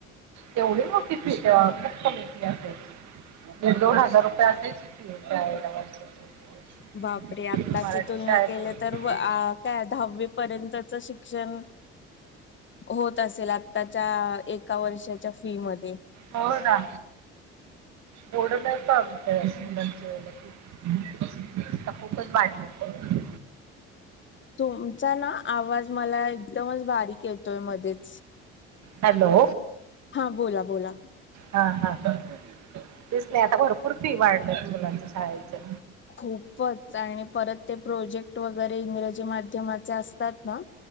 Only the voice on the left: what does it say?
बापरे आत्ताची
तुलना
केली तर अ त्या दहावी पर्यंतच शिक्षण होत असेल आताच्या एका वर्षाच्या फी मध्ये?
तुमचा ना आवाज मला एकदमच बारीक येतोय मध्येच.
हा बोला बोला.
खूपच आणि परत ते प्रोजेक्ट वगैरे इंग्रजी माध्यमाचे असतात ना?